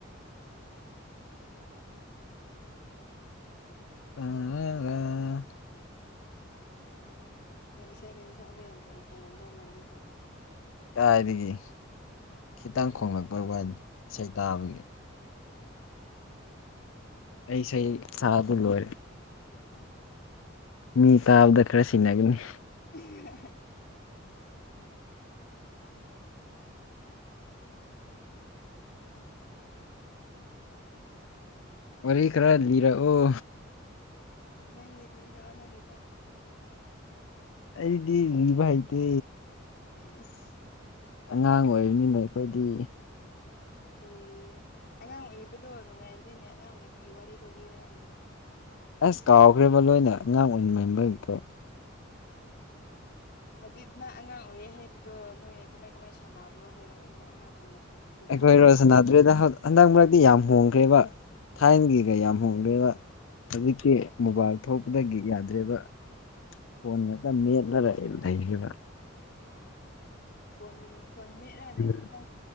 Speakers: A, on the left (about 75°); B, on the left (about 55°).
A: ꯇꯥꯔꯥ
B: ꯏꯁꯩ ꯀꯩꯁꯦ ꯁꯛꯄ ꯌꯥꯝ ꯍꯥꯏ ꯍꯩꯔꯝꯗꯧ ꯃꯥꯜꯂꯤꯀꯣ
A: ꯀꯥꯏꯗꯒꯤ ꯈꯤꯇꯪ ꯈꯣꯡꯂꯛꯄꯩ ꯋꯥꯅꯤ ꯏꯁꯩ ꯇꯥꯕꯒꯤ ꯑꯩꯁ ꯑꯩ ꯁꯥꯗ ꯂꯔꯦ ꯃꯤ ꯇꯥꯕꯗ ꯈꯔ ꯁꯤꯟꯅꯒꯅꯤ
B: <unintelligible>
A: ꯋꯥꯔꯤ ꯈꯔ ꯂꯤꯔꯛꯑꯣ
B: ꯅꯪꯔ ꯅꯪꯒꯤ ꯇꯥꯁꯦ
A: ꯑꯩꯗꯤ ꯚꯥꯏꯇꯦ
B: ꯏꯁꯤꯁ
A: ꯑꯉꯥꯡ ꯑꯣꯏꯕꯅꯤꯅ ꯑꯩꯈꯣꯏꯗꯤ
B: ꯑꯦ ꯑꯉꯥꯡ ꯑꯣꯏꯕꯗꯣ ꯅꯨꯡꯉꯥꯏꯕꯅꯤꯅꯦ ꯑꯉꯥꯡ ꯑꯣꯏꯕꯒꯤ ꯋꯥꯔꯤꯗꯣ ꯂꯤꯔꯛꯑꯣꯅꯦ
A: ꯑꯁ ꯀꯥꯎꯈ꯭ꯔꯦꯕ ꯅꯣꯏꯅ ꯑꯉꯥꯡ ꯑꯣꯏꯔꯤꯉꯩ <inaudible> ꯕꯗꯣ
B: ꯍꯧꯖꯤꯛ ꯅ ꯑꯉꯥꯡ ꯑꯣꯏꯌꯦ ꯍꯥꯏꯕꯗꯣ ꯅꯣꯏ ꯀꯃꯥꯏ ꯀꯃꯥꯏ ꯁꯥꯟꯅꯕ꯭ꯔꯣ ꯍꯥꯏꯔꯛꯑꯣꯅꯦ ꯑꯉꯥꯡꯁꯤꯡꯅ ꯁꯥꯟꯅꯕꯗꯣ
A: ꯑꯩꯈꯣꯏ
B: ꯇꯥꯅꯤꯡꯉꯤꯅꯦ
A: ꯔꯣꯖꯅꯥꯗ꯭ꯔꯦꯗ ꯍꯟꯗꯛ ꯃꯔꯛꯇꯤ ꯌꯥꯝ ꯍꯣꯡꯈ꯭ꯔꯦꯕ ꯊꯥꯏꯅꯒꯤꯒ ꯌꯥꯝ ꯍꯣꯡꯒꯦꯕ ꯍꯧꯖꯤꯛꯛꯇꯀꯤ ꯃꯣꯕꯥꯏꯜ ꯊꯣꯛꯄꯗꯒꯤ ꯌꯥꯗ꯭ꯔꯦꯕ ꯐꯣꯟꯣꯟ ꯅ ꯃꯅ ꯂꯩꯒꯤꯔ
B: ꯐꯣꯟ ꯐꯣꯟ ꯃꯤ ꯂꯩꯂꯃꯤ
A: ꯎꯝ
B: ꯁꯤ ꯅꯪ